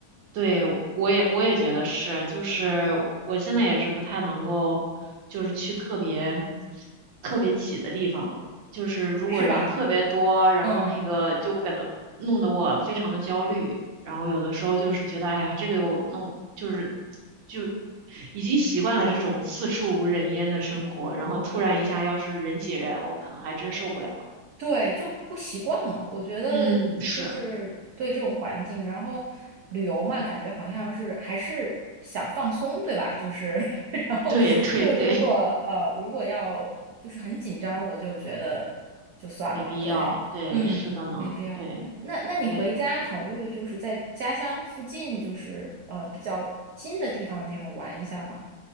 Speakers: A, on the right; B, on the right.
A: 对，我也我也觉得是，就是我现在也是不太能够，就是去特别特别挤的地方了。就是如果人特别多，
B: 是吧？
A: 然后那个就感到弄得我非常的焦虑，
B: 嗯。
A: 然后有的时候就是觉得，哎呀，这个又弄，就是就已经习惯了这种四处无人烟的生活，然后突然一下要是人挤人，我可能还真受不了。
B: 对，就不习惯了。我觉得就是对这种环境，
A: 嗯，是，
B: 然后旅游嘛，感觉好像是还是想放松，对吧？就是，<laughs> 然后就如果呃，
A: 对对对，
B: 如果要就是很紧张，我就觉得就算了。
A: 没必要，
B: 对，
A: 对，
B: 嗯，
A: 是的呢，
B: 没必要。
A: 对。
B: 那那你回家考虑就是在家乡附近，
A: 对，
B: 就是呃比较近的地方那种玩一下吗？